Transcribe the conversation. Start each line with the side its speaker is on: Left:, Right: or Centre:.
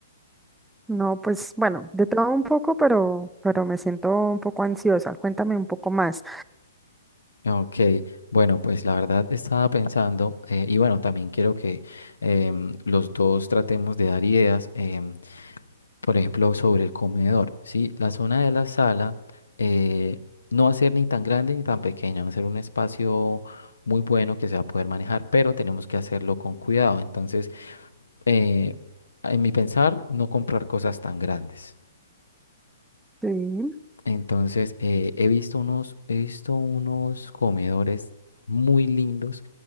Centre: No, pues bueno, de todo un poco, pero, pero me siento un poco ansiosa. Cuéntame un poco más.
Left: Ok, bueno, pues la verdad estaba pensando, eh, y bueno, también quiero que em, los dos tratemos de dar ideas. em, por ejemplo, sobre el comedor, ¿sí? La zona de la sala eh, no va a ser ni tan grande ni tan pequeña, va a ser un espacio muy bueno que se va a poder manejar, pero tenemos que hacerlo con cuidado. Entonces, eh, en mi pensar, no comprar cosas tan grandes.
Centre: Sí,
Left: Entonces, eh, he visto unos, he visto unos comedores muy lindos.